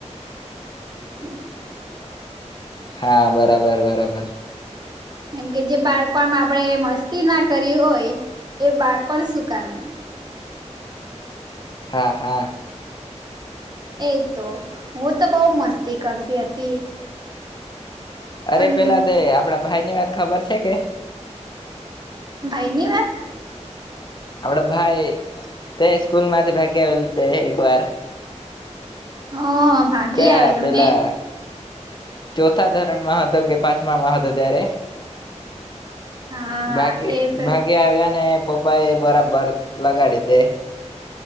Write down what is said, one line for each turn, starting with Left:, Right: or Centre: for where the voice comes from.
Right: <inaudible>
Left: હા, બરાબર બરાબર.
Right: કેમ કે જે બાળપણ આપડે મસ્તી ના કરી હોય એ બાળપણ શું કામનું?
Left: હા હા.
Right: એ તો હું તો બહુ મસ્તી કરતી હતી.
Left: અરે
Right: આમ
Left: પેલા તે આપ આપડા ભાઈ ની વાત ખબર છે કે?
Right: ભાઈની વાત?
Left: આપડે ભાઈ તે સ્કૂલ માંથી ભાગી આવેલ તે એક વાર.
Right: હા ભાગી
Left: કયા
Right: આવેલું
Left: પેલા
Right: ને.
Left: ચોથા ધરણમાં હતો કે પાંચમામાં હતો ત્યારે
Right: હા
Left: ભાગી
Right: એ તો
Left: ભાગે આવ્યા અને પપ્પાએ બરાબર લગાડી તે.